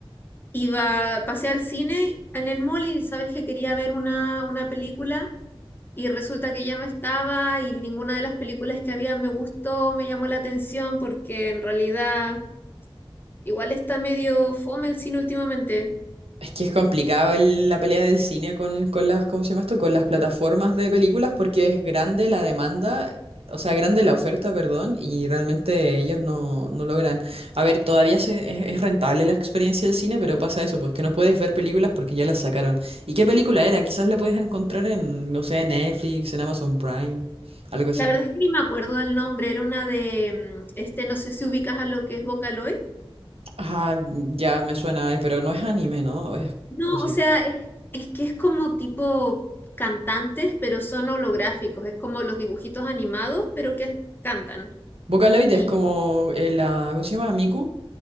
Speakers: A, on the left; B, on the right.
A: iba, pasé al cine en el mall y sabes que quería ver una, una película. Y resulta que ya no estaba y ninguna de las películas que había me gustó, me llamó la atención porque en realidad Igual está medio fome el cine últimamente.
B: Es que es complicado el- la pelea del cine con, con las, ¿cómo se llama esto? Con las plataformas de películas porque es grande la demanda, o sea, grande la oferta, perdón, y realmente ellos no, no logran. A ver, todavía se- es, es rentable la experiencia del cine, pero pasa eso, pues que no puedes ver películas porque ya las sacaron. ¿Y qué película era? Quizás la puedes encontrar en, no sé, en Netflix, en Amazon Prime, algo así.
A: La verdad es que ni me acuerdo del nombre, era una de, mm, este, no sé si ubicas a lo que es Vocaloid.
B: Ah, ya me suena, eh, pero no es anime, ¿no? ¿O, es-
A: No,
B: o sí?
A: o sea, es, es que es como tipo cantantes, pero son holográficos, es como los dibujitos animados, pero que cantan.
B: Vocaloid
A: Y
B: es como eh, la, ¿cómo se llama? Miku.